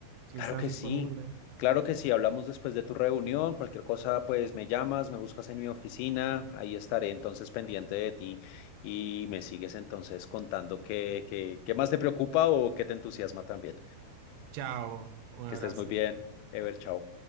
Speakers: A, on the right; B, on the left.
A: si
B: Claro
A: estás
B: que
A: disponible.
B: sí, claro que sí. Hablamos después de tu reunión. Cualquier cosa, pues me llamas, me buscas en mi oficina. Ahí estaré entonces pendiente de ti y me sigues entonces contando qué, qué, qué más te preocupa o qué te entusiasma también.
A: Chao, un
B: Que
A: abrazo.
B: estés muy bien. Ever, chao.